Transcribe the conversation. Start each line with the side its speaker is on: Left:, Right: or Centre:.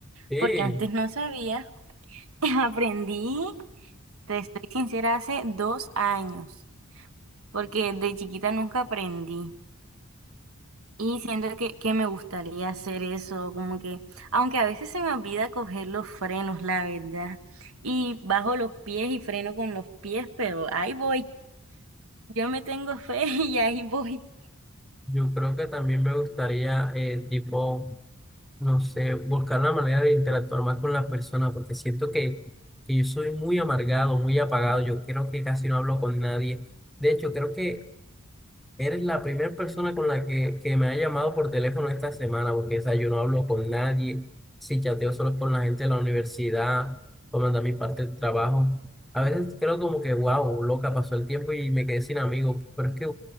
Centre: Sí,
Right: porque antes no sabía. <laughs> Aprendí, te estoy sincera, hace dos años porque de chiquita nunca aprendí y siento que, que me gustaría hacer eso, como que, aunque a veces se me olvida coger los frenos, la verdad, y bajo los pies y freno con los pies, pero ahí voy, yo me tengo fe <laughs> y ahí voy.
Centre: yo creo que también me gustaría, eh, tipo, no sé, buscar la manera de interactuar más con las personas, porque siento que, que yo soy muy amargado, muy apagado. Yo creo que casi no hablo con nadie. De hecho, creo que Eres la primera persona con la que, que me ha llamado por teléfono esta semana, porque o sea, yo no hablo con nadie, si chateo solo con la gente de la universidad, o mandar mi parte del trabajo. A veces creo como que, wow, loca, pasó el tiempo y me quedé sin amigos, pero es que,